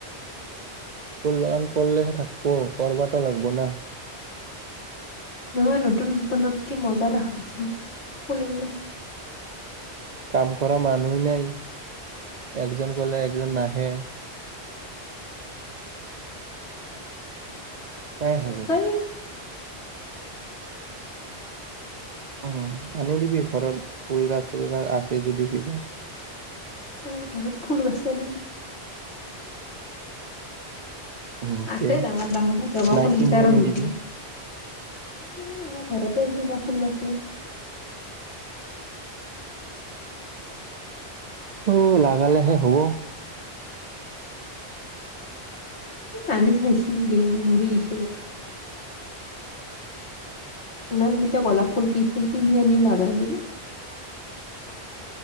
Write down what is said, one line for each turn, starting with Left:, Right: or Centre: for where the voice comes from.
Right: ফুল বাগান কৰিলেহে থাকিব কৰবাতো লাগব না।
Left: নহয়, নতুন নতুনত কি মজা দেখা পাইছিল ফুল গিলা।
Right: কাম কৰা মানুহৱে নাই একজন গলে একজন নাহে। কাই হে
Left: নাযায়
Right: যাব। উম আনি দিবি ঘৰত, ফুল গাছ তুল গাছ আছে যদি কিবা?
Left: অ ঘৰত ফুল গছে নাই।
Right: উম, তে
Left: আছে ডাঙৰ - ডাঙৰ জবা
Right: নাই
Left: ফুলগিটাৰ
Right: কিনি আনি
Left: লুইত
Right: দিবি।
Left: উ আৰু ঘৰতে এইগিনা ফুল নাই।
Right: অ লাগালেহে হ'ব।
Left: আনি চাইছো এইগিলা মই মৰি গৈছো বাত। ইমান কেইটা গলাপ ফুল কি ফুল কিনি আনি লগাই দিলি।